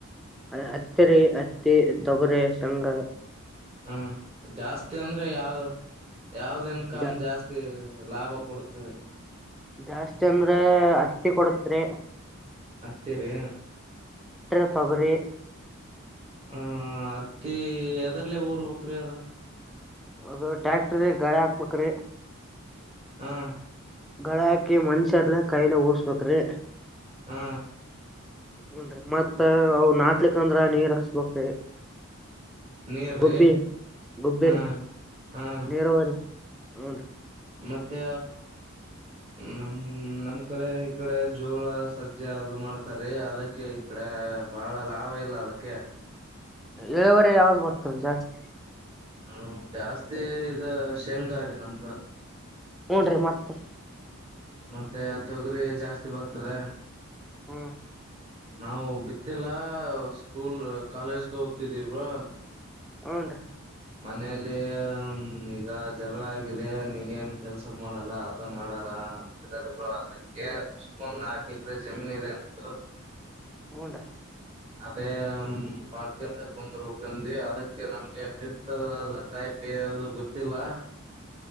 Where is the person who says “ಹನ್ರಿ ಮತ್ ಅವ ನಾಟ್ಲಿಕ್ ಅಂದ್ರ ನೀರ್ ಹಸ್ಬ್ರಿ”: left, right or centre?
Centre